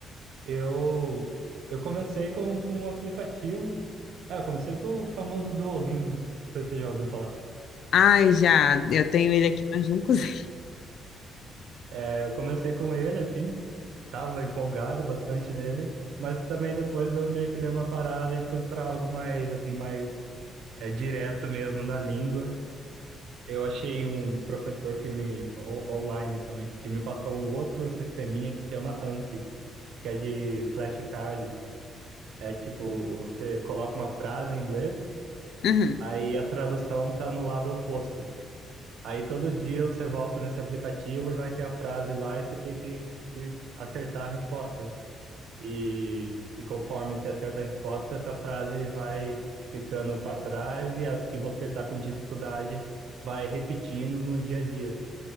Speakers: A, on the right; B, on the left.
A: Eu, eu comecei com, com um aplicativo. É, eu comecei com o famoso Duolingo, né? Não sei se você já ouviu falar.
B: Ai, já, eu tenho ele aqui, mas não usei.
A: É, eu comecei com ele, assim, tava empolgado bastante nele, mas também depois eu meio que dei uma parada e fui para algo mais assim, mais é, direto mesmo da língua. Eu achei um professor que me on- online também, que me passou um outro sisteminha que chama Anki, que é de flashcards. É tipo, você coloca uma frase em inglês,
B: Uhum.
A: aí a tradução tá no lado oposto. Aí todo dia você volta nesse aplicativo e vai ter a frase lá e você tem que que acertar a resposta. E, e conforme você acerta a resposta, essa frase vai ficando para trás e as que você está com dificuldade vai repetindo no dia a dia.